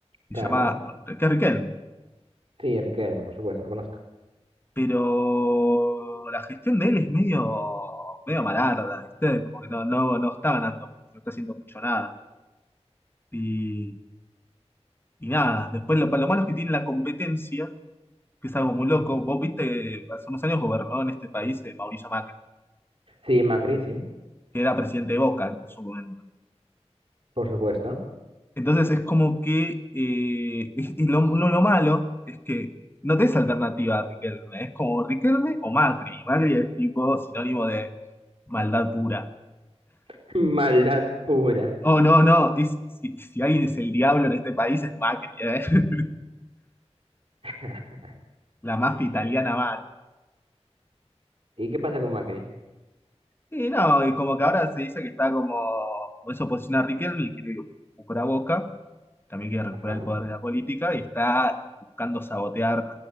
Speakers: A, on the left; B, on the right.
A: Se
B: Claro,
A: llama Enrique Riquelme.
B: sí, Riquelme, por supuesto, lo conozco.
A: Pero la gestión de él es medio, medio malarda, ¿viste? Como que no, no, no está ganando mucho, no está haciendo mucho nada. Y, y nada, después lo, lo malo es que tiene la competencia, que es algo muy loco.
B: Ujú.
A: Vos viste, hace unos años gobernó en este país eh, Mauricio Macri.
B: Sí, Macri, sí.
A: que era presidente de Boca ¿no? en su momento.
B: Por supuesto.
A: Entonces es como que, eh, es- y lo, lo- lo malo es que no tenés alternativa a Riquelme, es como Riquelme o Macri. y Macri es tipo sinónimo de maldad pura.
B: <laughs> Maldad pura.
A: Oh, no, no, es- si, si alguien es el diablo en este país es Macri, ¿eh? <laughs>
B: <laughs>
A: La mafia italiana mal.
B: ¿Y qué pasa con Macri?
A: Y no, y como que ahora se dice que está como, como es oposición a Riquelme y quiere recuperar Boca, también quiere recuperar
B: Ajá.
A: el poder de la política y está buscando sabotear